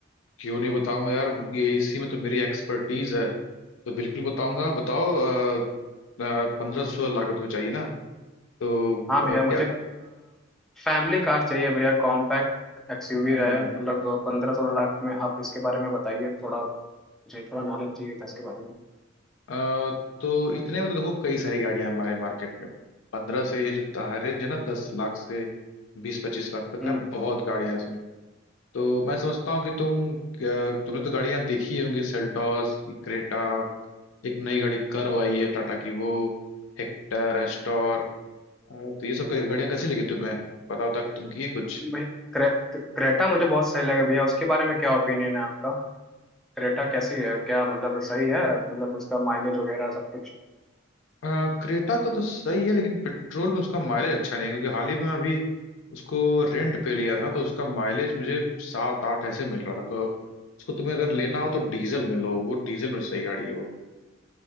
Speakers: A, on the left; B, in the centre.
A: क्यों नहीं बताऊंगा यार ये इसी में तो मेरी एक्सपर्टीज है तो बिल्कुल बताऊंगा बताओ पंद्रह सोलह लाख में तुम्हें चाहिए ना तो
B: हाँ भैया
A: अ,
B: मुझे
A: क्या
B: फैमिली कार चाहिए भैया कॉम्पैक्ट एक्सयूवी
A: हम्म
B: रहे मतलब पंद्रह सोलह लाख में आप इसके बारे में बताइए थोड़ा मुझे थोड़ा नॉलेज चाहिए था इसके बारे में
A: अ, तो इतने में तो देखो कई सारी गाड़ियां हमारे मार्केट में पंद्रह से ये जो रेंज है ना दस लाख से बीस पच्चीस लाख तक
B: हम्म
A: का बहुत गाड़ियां हैं इसमें तो मैं समझता हूँ कि तुम अ, तुमने तो गाड़ियां देखी होंगी सेल्टॉस क्रेटा एक नई गाड़ी कर्व आई है टाटा की वो हेक्टर एस्टोर अ, तो ये सब क- गाड़ियां कैसी लगी तुम्हें पता होता तुम किए कुछ
B: भाई क्रे, क्रेटा मुझे बहुत सही लगे भैया उसके बारे में क्या ओपिनियन है आपका क्रेटा कैसी है क्या मतलब सही है मतलब उसका माइलेज वगैरह सब कुछ
A: अ, क्रेटा का तो सही है लेकिन पेट्रोल में उसका माइलेज अच्छा नहीं है क्योंकि हाल ही में मैं अभी उसको रेंट पे लिया था तो उसका माइलेज मुझे सात आठ ऐसे मिल रहा था तो उसको तुम्हें अगर लेना हो तो डीजल में लो वो डीजल में सही गाड़ी है वो